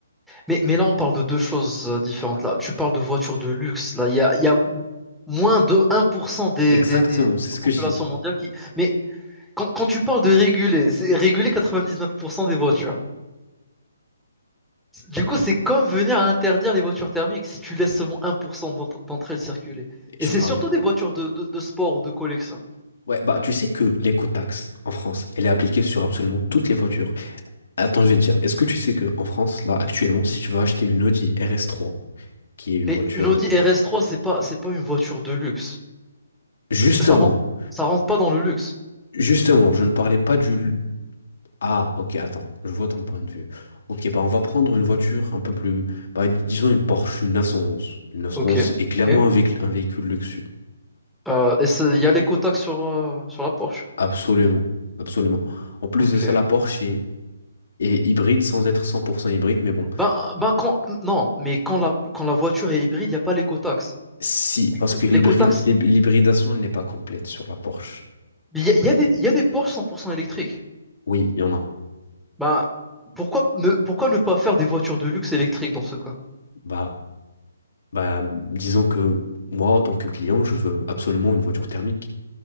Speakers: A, in the centre; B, on the left.
A: Mais, mais là, on parle de deux choses euh, différentes. Là, tu parles de voitures de luxe. Là, il y a, il y a moins de 1% des,
B: Exactement,
A: des- des- de
B: c'est ce
A: la
B: que
A: population
B: je dis.
A: mondiale qui. Mais quand, quand tu parles de réguler, c'est réguler 99% des voitures. Du coup, c'est comme venir à interdire les voitures thermiques si tu laisses seulement 1% d'entre d'entre elles circuler.
B: Je
A: Et c'est
B: parle.
A: surtout des voitures de, de- de sport ou de collection.
B: Ouais, bah, tu sais que l'écotaxe en France, elle est appliquée sur absolument toutes les voitures. Attends, je vais te dire, est-ce que tu sais que en France, là, actuellement, si tu vas acheter une Audi RS3, qui est une
A: Mais
B: voiture.
A: une Audi
B: euh,
A: RS3, c'est pas, c'est pas une voiture de luxe.
B: Justement,
A: Ça rentre, ça rentre pas dans le luxe.
B: justement, je ne parlais pas du. l- Ah, ok, attends, je vois ton point de vue. Ok, bah on va prendre une voiture un peu plus, bah, disons une Porsche, une 911. Une 911
A: Ok,
B: est
A: ok.
B: clairement un véhicule, un véhicule luxueux.
A: Euh, et c'est- il y a l'éco-taxe sur, euh, sur la Porsche.
B: Absolument, absolument. En plus
A: Ok.
B: de ça, la Porsche est, est hybride sans être 100% hybride, mais bon,
A: Ben, ben quand, non, mais quand la, quand la voiture est hybride, il n'y a pas l'éco-taxe.
B: si,
A: L'éco-
B: parce que l'hybride-
A: L'éco-taxe,
B: l'hyb- l'hybridation elle n'est pas complète sur la Porsche.
A: il y a, il y a des, il y a des Porsche 100% électriques.
B: Oui, il y en a.
A: Ben, pourquoi ne, pourquoi ne pas faire des voitures de luxe électriques dans ce cas?
B: Bah, bah, disons que moi, en tant que client, je veux absolument une voiture thermique.